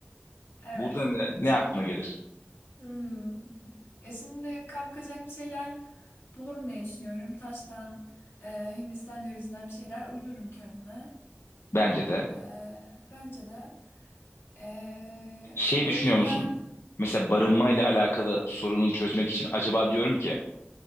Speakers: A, on the left; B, on the left.
A: Evet.
B: Burada ne, ne
A: Şimdi
B: aklına gelir?
A: Hmm. Ya şimdi kapkacak bir şeyler bulurum diye düşünüyorum. Taştan, e, Hindistan cevizinden bir şeyler uydururum kendime.
B: Bence de.
A: E, bence de. E,
B: Şey
A: o
B: düşünüyor
A: yüzden
B: musun? Mesela
A: Hı.
B: barınmayla alakalı sorunu çözmek için acaba diyorum ki